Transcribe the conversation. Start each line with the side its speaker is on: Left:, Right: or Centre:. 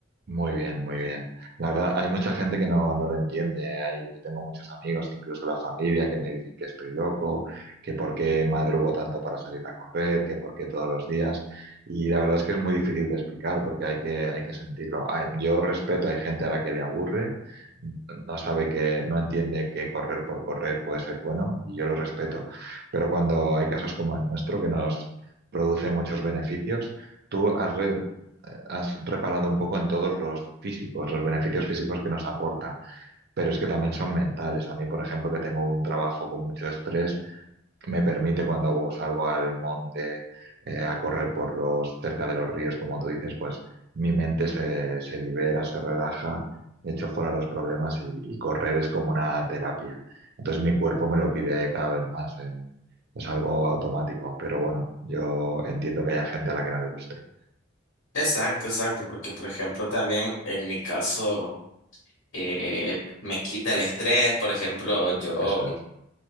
Right: Muy bien, muy bien. La verdad, hay mucha gente que no, no lo entiende. Hay, tengo muchos amigos, incluso la familia, que me dicen que estoy loco, que por qué madrugo tanto para salir a correr, que por qué todos los días. Y la verdad es que es muy difícil de explicar porque hay que, hay que sentirlo. Hay- yo respeto, hay gente a la que le aburre, no sabe que, no entiende que correr por correr puede ser bueno y yo lo respeto. Pero cuando hay casos como el nuestro que nos produce muchos beneficios, ¿tú has, re- has reparado un poco en todos los físicos, los beneficios físicos que nos aporta, pero es que también son mentales. A mí, por ejemplo, que tengo un trabajo con mucho estrés, me permite cuando salgo al monte eh, a correr por los cerca de los ríos, como tú dices, pues mi mente se, se libera, se relaja, echo fuera los problemas y, y correr es como una terapia. Entonces mi cuerpo me lo pide cada vez más. eh. Es algo automático, pero bueno, yo entiendo que haya gente a la que no le guste.
Left: Exacto, exacto, porque por ejemplo también en mi caso eh, me quita el estrés, por ejemplo yo...
Right: Eso es.